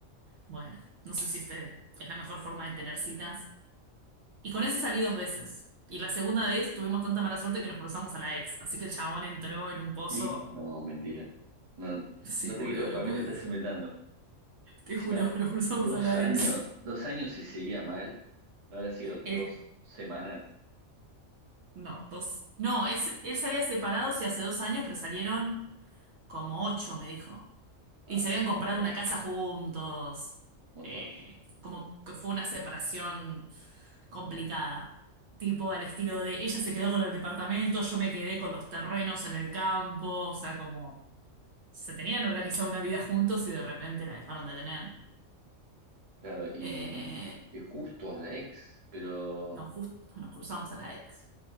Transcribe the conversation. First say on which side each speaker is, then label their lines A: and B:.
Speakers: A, on the right; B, on the right.
A: bueno, no sé si este es la mejor forma de tener citas. Y con ese salí dos veces. Y la segunda vez tuvimos tanta mala suerte que nos cruzamos a la ex, así que el chabón entró en un pozo.
B: ¿Y? No,
A: <laughs>
B: mentira. No,
A: Sí,
B: no
A: boludo,
B: te creo,
A: no
B: para
A: puede
B: mí lo estás
A: ser.
B: inventando.
A: Te
B: Encima,
A: juro, <laughs> nos cruzamos
B: dos
A: a la
B: años,
A: ex.
B: dos años y seguía mal. ¿No habrá sido dos
A: El
B: semanas?
A: No, dos. No, él, se- él se había separado, sí, hace dos años, pero salieron como ocho, me dijo. Y
B: Ah,
A: se
B: bueno,
A: habían
B: es
A: comprado
B: un montón,
A: una casa juntos.
B: un montón.
A: Eh, como que fue una separación complicada. Tipo al estilo de ella se quedó con el departamento, yo me quedé con los terrenos en el campo. O sea, como se tenían organizado una vida juntos y de repente la dejaron de tener.
B: Claro, y
A: Eh,
B: que justo a la ex, pero
A: nos justo nos cruzamos a la ex.